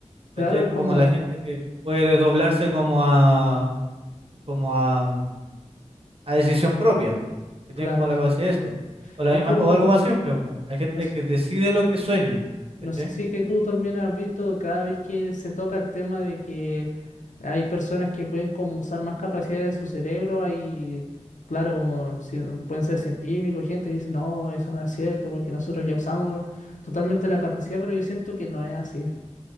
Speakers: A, on the left; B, on the right.
A: Claro,
B: ¿cachai?
A: es como,
B: Como la gente que puede doblarse como a como a, mm, a decisión propia, que
A: claro.
B: tienen como la capacidad de eso. O, la
A: Es
B: misma,
A: como,
B: o algo más simple, po, la gente
A: no,
B: que decide lo que sueña,
A: No
B: ¿cachai?
A: sé si que tú también has visto cada vez que se toca el tema de que hay personas que pueden como usar más capacidades de su cerebro, hay, claro, como cien- pueden ser científicos, gente que dice, no, eso no es cierto, porque nosotros ya usamos totalmente la capacidad, pero yo siento que no es así,